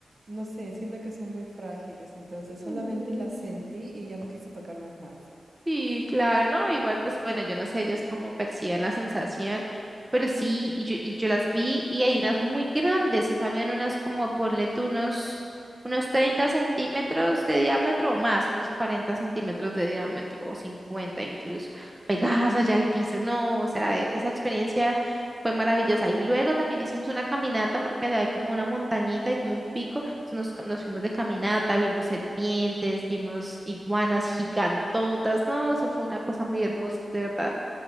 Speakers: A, on the right (about 50°); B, on the right (about 20°).
A: no sé, siento que son muy frágiles. Entonces
B: Mm.
A: solamente las sentí y ya no quise tocarlas más.
B: Sí, claro, no, igual pues bueno, yo no sé ellas cómo perciben la sensación, pero sí, y yo, y yo las vi y hay unas muy grandes, o sea, habían unas como, ponle tú unos, unos 30 centímetros de diámetro o más, unos 40 centímetros de diámetro o 50 incluso, pegadas allá al piso, no, o sea, e- esa experiencia fue maravillosa. Y luego también hicimos una caminata porque allá hay como una montañita y como un pico nos, nos fuimos de caminata, vimos serpientes, vimos iguanas gigantotas. No, eso fue una cosa muy hermosa, de verdad.